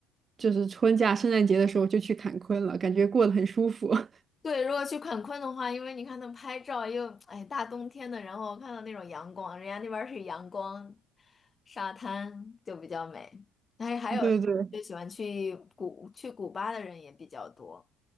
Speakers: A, on the right (about 25°); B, on the left (about 25°).
A: 就是春假圣诞节的时候就去坎昆了，感觉过得很舒服，<laughs>
B: 对，如果去坎昆的话，因为你看他们拍照又，哎，大冬天的，然后看到那种阳光，人家那边儿是阳光沙滩，就比较美。还还有就喜欢去古去古巴的人也比较多，
A: 对对。